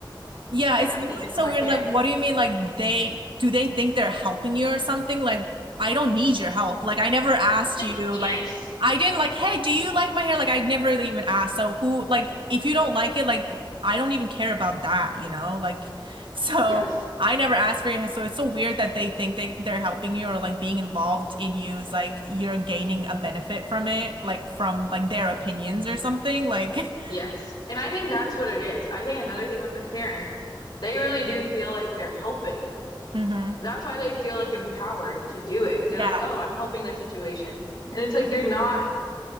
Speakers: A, on the right; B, on the left.
A: Yeah,
B: what
A: it's
B: I
A: literally
B: need for
A: so
B: my
A: weird.
B: hair.
A: Like, what do you mean? Like, they do they think they're helping you or something? Like, I don't need your help. Like, I never asked
B: <laughs> Th-
A: you.
B: yes,
A: Like, I didn't like, hey, do you like my hair? Like, I never even asked. So, who, like, if you don't like it, like, I don't even care about that, you know? Like, <laughs> so
B: yes,
A: I never asked for your hair. So, it's so weird that they think they, they're helping you or like being involved in you is like you're gaining a benefit from it, like, from like their opinions or something. Like,
B: yes.
A: <laughs>
B: And I think that's what it is. I think another thing with the Karens, they really do feel like they're helping.
A: hmm
B: That's why they feel like empowered to do it because they're
A: yeah,
B: like, oh, I'm helping this situation. And it's like you're not